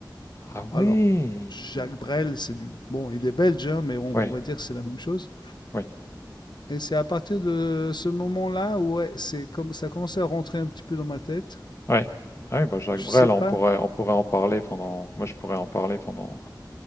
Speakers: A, on the left (about 35°); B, on the left (about 70°).
A: Ah
B: Alors,
A: oui!
B: Jacques Brel, c'est du... Bon, il est belge, hein, mais on,
A: oui
B: on va dire que c'est la même chose.
A: oui,
B: Et c'est à partir de ce moment-là où ouais, c'est comme ça a commencé à rentrer un petit peu dans ma tête.
A: ouais. Ah oui, bah, Jacques
B: Je
A: Brel,
B: sais pas.
A: on pourrait on pourrait en parler pendant moi, je pourrais en parler pendant,